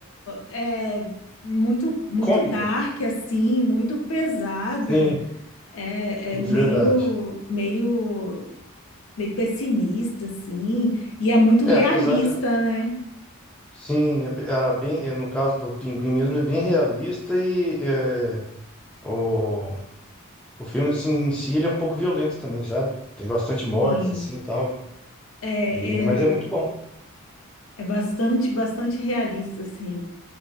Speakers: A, on the left; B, in the centre.
A: é, muito, muito
B: Cômica.
A: dark, assim, muito pesada,
B: Sim.
A: é,
B: Verdade.
A: é meio, meio, meio pessimista, assim, e é muito
B: É,
A: realista,
B: apesar também.
A: né?
B: Sim, ape- a, bem, eh, no caso do Pinguim mesmo, é bem realista e eh, o, o filme assim, em si ele é um pouco violento também, sabe? Tem bastante mortes
A: Sim,
B: assim e tal.
A: é,
B: E, mas
A: é,
B: é muito bom.
A: é bastante, bastante realista, assim.